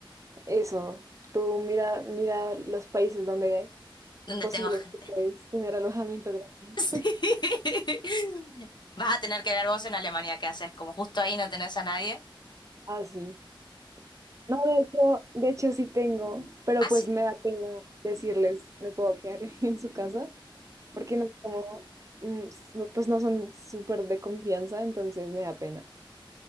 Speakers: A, on the right; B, on the left.
A: Eso. Tú mira, mira los países donde
B: <laughs> donde
A: posiblemente
B: tengo gente.
A: puedes tener alojamiento gratis.
B: Sí.
A: <laughs>
B: <laughs> Vas a tener que ver vos en Alemania qué haces, como justo ahí no tenés a nadie.
A: Ah, sí. No, de hecho, de hecho sí tengo, pero
B: Ah,
A: pues
B: sí.
A: me da pena decirles, me puedo quedar <laughs> en su casa, porque no como, mm, s- no, pues no son súper de confianza, entonces me da pena.